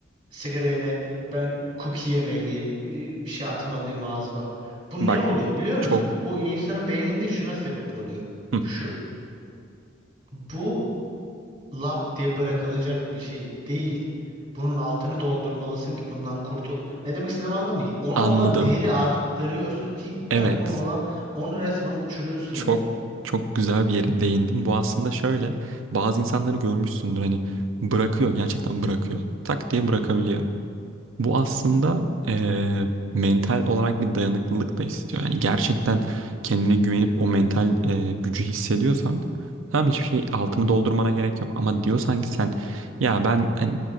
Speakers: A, on the right; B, on the right.
A: sigara yerine ben cookie yemeliyim, e, bir şey atmalıyım ağzıma. Bu
B: Bak
A: ne oluyor biliyor musun?
B: çok
A: Bu insanın beyninde şuna sebep oluyor.
B: Hı,
A: Şu. Bu lap diye bırakılacak bir şey değil. Bunun altını doldurmalısın ki bundan kurtul. Ne demek istediğimi anladın mı? Ona
B: Anladım.
A: olan değeri arttırıyorsun. Cidden
B: Evet.
A: ona olan onu resmen uçuruyorsun
B: Çok
A: yani.
B: çok güzel bir yere değindin. Bu aslında şöyle. Bazı insanları görmüşsündür hani bırakıyor. Gerçekten bırakıyor. Tak diye bırakabiliyor. Bu aslında eee, mental olarak bir dayanıklılık da istiyor. Yani gerçekten kendine güvenip o mental eee, gücü hissediyorsan tamam hiçbir şey altını doldurmana gerek yok. Ama diyorsan ki sen ya ben hani